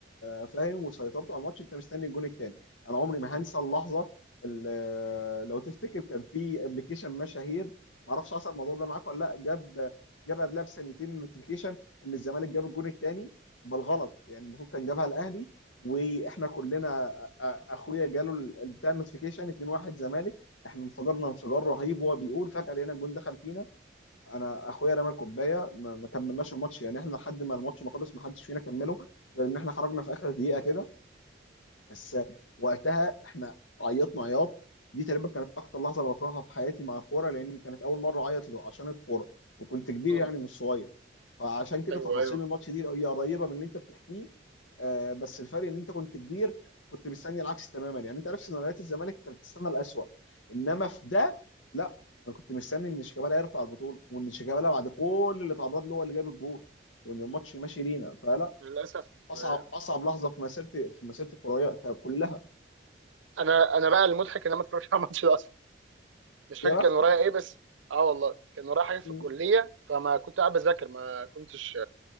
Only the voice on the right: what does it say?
مم.
ايوه
ايوه
للاسف
آه،
انا انا بقى المضحك ان انا ما اتفرجتش على الماتش ده اصلا مش فاكر
كان ورايا ايه بس اه والله كان ورايا حاجه في
الكليه فما كنت قاعد بذاكر ما كنتش